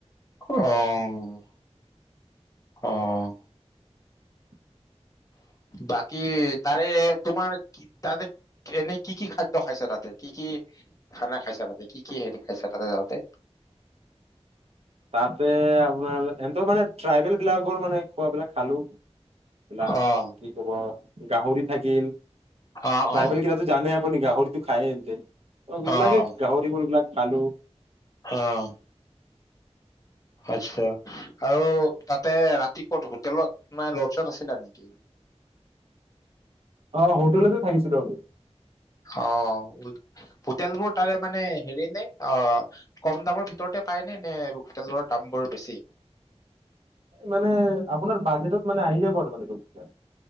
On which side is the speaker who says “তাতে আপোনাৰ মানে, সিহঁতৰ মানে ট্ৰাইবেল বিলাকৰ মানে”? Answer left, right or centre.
Right